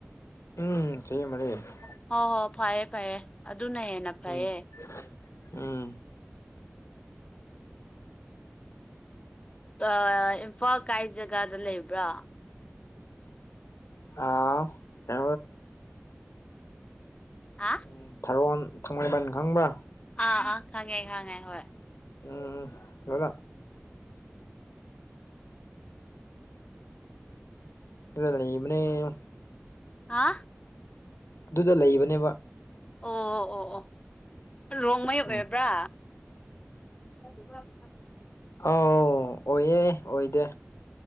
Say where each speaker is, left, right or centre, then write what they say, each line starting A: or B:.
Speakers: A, on the left; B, on the left.
A: <unintelligible>
B: ꯍꯣꯏ ꯍꯣꯏ ꯐꯩꯌꯦ ꯐꯌꯦ ꯑꯗꯨꯅ ꯍꯦꯟꯅ ꯐꯩꯌꯦ
A: ꯎꯝ ꯎꯝ
B: ꯑ ꯏꯝꯐꯥꯜ ꯀꯥꯏ ꯖꯒꯥꯗ ꯂꯩꯕ꯭ꯔꯥ
A: ꯑꯥ ꯇ
B: ꯍꯥ
A: ꯎꯝ ꯊꯥꯔꯣꯟ ꯊꯥꯡꯃꯩꯕꯟ ꯈꯪꯕ꯭ꯔꯥ
B: ꯑꯥ ꯑꯥ ꯈꯪꯉꯦ ꯈꯪꯉꯦ ꯍꯣꯏ
A: ꯎꯝ <unintelligible> <unintelligible>
B: ꯍꯥ
A: ꯑꯗꯨꯗ ꯂꯩꯕꯅꯦꯕ
B: ꯑꯣ ꯑꯣ ꯑꯣ ꯔꯣꯡꯉꯩ ꯑꯣꯏꯔꯕ꯭ꯔꯥ
A: ꯎꯝ
B: <unintelligible>
A: ꯑꯥꯎ ꯑꯣꯏꯌꯦ ꯑꯣꯏꯗꯦ